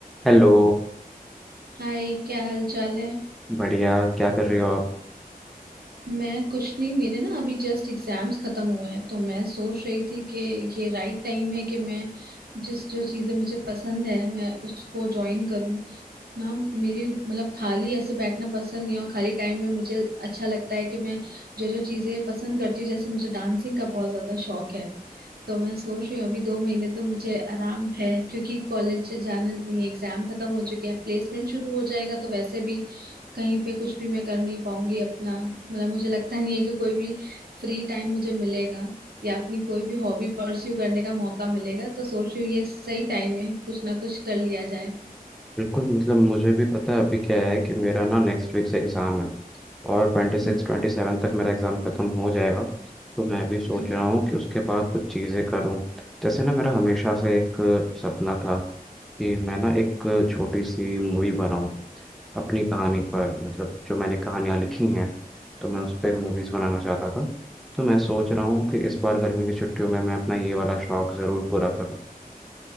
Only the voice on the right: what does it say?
हाय क्या हाल चाल है
मैं कुछ नहीं मेरे ना अभी जस्ट एग्जाम्स खत्म हुए हैं तो मैं सोच रही थी कि ये राइट टाइम है कि मैं जिस जो चीजें मुझे पसंद है मैं उसको ज्वाइन करूं ना मेरी मतलब खाली ऐसे बैठना पसंद नहीं है और खाली टाइम में मुझे अच्छा लगता है कि मैं जो जो चीजें पसंद करती हूँ जैसे मुझे डांसिंग का बहुत ज्यादा शौक है तो मैं सोच रही हूँ अभी दो महीने तो मुझे आराम है क्योंकि कॉलेज से जाना नहीं है एग्जाम खत्म हो चुके हैं प्लेसमेंट शुरू हो जाएगा तो वैसे भी कहीं पे कुछ भी मैं कर नहीं पाऊंगी अपना मतलब मुझे लगता नहीं है कि कोई भी फ्री टाइम मुझे मिलेगा या अपनी कोई भी हॉबी परस्यू करने का मौका मिलेगा तो सोच रही हूँ ये सही टाइम है कुछ ना कुछ कर लिया जाए
हम्म
हम्म